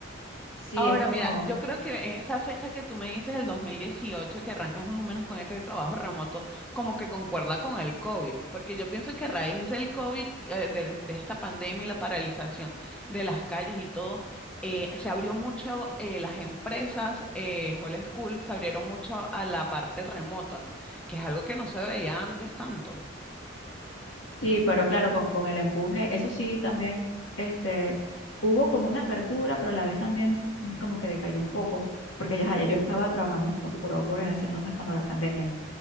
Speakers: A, on the left; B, in the centre.
A: sí,
B: Ahora,
A: es como,
B: mira, yo creo que en esa fecha que tú me dices, el dos mil dieciocho que arrancas más o menos con este trabajo remoto, como que concuerda con el COVID, porque yo pienso que a raíz del COVID, eh, de, de esta pandemia y la paralización de las calles y todo, eh, se abrió mucho eh, las empresas, eh, Whole School, se abrieron mucho a la parte remota, que es algo que no se veía antes tanto.
A: sí, pero claro, con, con el empuje, eso sí, también, este, hubo como una apertura, pero a la vez también como que decayó un poco, porque ya, ya yo estaba trabajando como por Outboard en ese entonces cuando la pandemia.